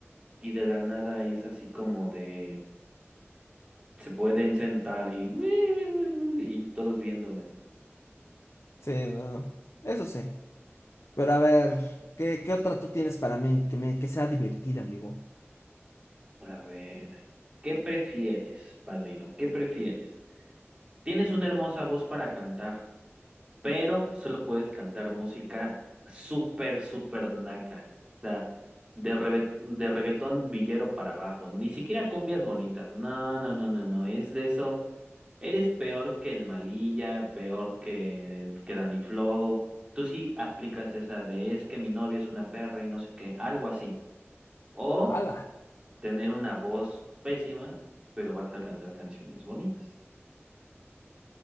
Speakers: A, on the right; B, on the left.
A: y de la nada es así como de se pueden sentar y, uy y todos viéndome.
B: Sí, no. Eso sí. Pero a ver, ¿qué, qué otra tú tienes para mí que me que sea divertida, amigo?
A: A ver, ¿qué prefieres, padrino? ¿Qué prefieres? Tienes una hermosa voz para cantar pero solo puedes cantar música súper, súper naca. O sea, de, rebe- de reggaetón villero para abajo. Ni siquiera cumbias bonitas. No, no, no, no, no. Es de eso. Eres peor que el Malilla, peor que, que Danny Flow. Tú sí aplicas esa de es que mi novia es una perra y no sé qué, algo así. O
B: ¡Hala!
A: tener una voz pésima, pero vas a cantar canciones bonitas.